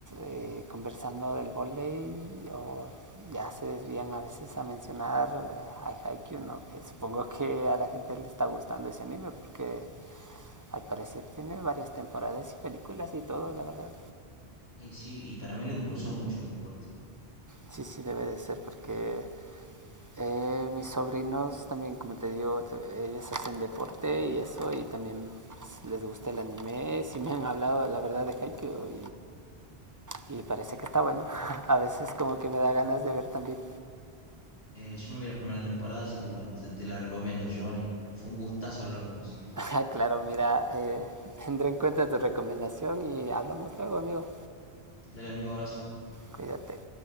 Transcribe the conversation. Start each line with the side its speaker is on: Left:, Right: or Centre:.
Right: eh, conversando del volei o ya se desvían a veces a mencionar eh, a Haikyuu, ¿no? que supongo que a la gente le está gustando ese anime porque al parecer tiene varias temporadas y películas y todo, la verdad.
Left: Y sí, y para mí lo impulsó mucho el deporte.
Right: Sí, sí debe de ser porque Eh, mis sobrinos también, como te digo, te- ellos hacen deporte y eso, y también pues, les gusta el anime. Sí me han hablado, la verdad, de Haikyuu y, y parece que está bueno. <laughs> A veces como que me da ganas de ver también.
Left: Eh, yo me vi la primera temporada, así que bueno, te, te la recomiendo, Giovanni. Fue un gustazo hablar con vos.
Right: <laughs> claro, mira, eh, tendré en cuenta tu recomendación y hablamos luego, amigo.
Left: Dale, amigo, abrazo.
Right: Cuídate.